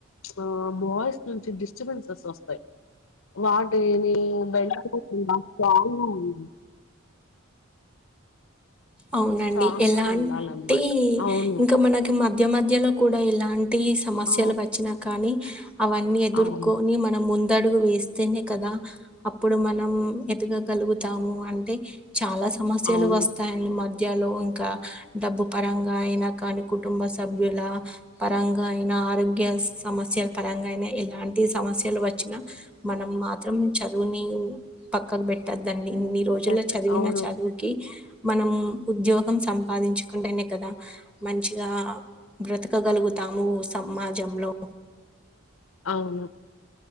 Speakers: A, on the left (about 70°); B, in the centre.
A: ఆ బాయ్స్ నుంచి డిస్టర్బెన్సెస్ వస్తాయి వాటిని బెండ్ అవ్వకుండా స్ట్రాంగ్ గా ఉండాలి
B: అవునండి
A: స్ట్రాంగ్
B: ఎలాంటే
A: గా ఉండాలన్నమాట అవును
B: ఇంకా మనకి మ మధ్య మధ్యలో కూడా ఇలాం టి సమస్యలు
A: ఆ
B: వచ్చినా కానీ అవన్నీ ఎదుర్కొని
A: అవును
B: మనం ము దు అడుగు వేస్తేనే కదా అప్పుడు మనం ఎదుగగలుగుతాము అంటే చాలా సమస్యలు
A: అవును
B: వస్తాయండి మ జలో ఇంకా డబ్బు పరంగా అయినా కానీ కుటుంబ సభ్యుల పరంగా అయినా ఆరోగ్య సమస్యల పరంగా అయినా ఇలాంటి సమస్యలు వచ్చినా మనం మాత్రం చదువుని పక్కకు పెట్టద్దాన్ని ఇన్ని రోజుల్లో
A: కరెక్ట్.
B: చదివిన
A: అవును
B: చదువుకి మనం ఉద్యోగ సంపాదించుకుంటేనే కదా మంచిగా బ్రతకగలుగుతాము సమాజంలో
A: అవును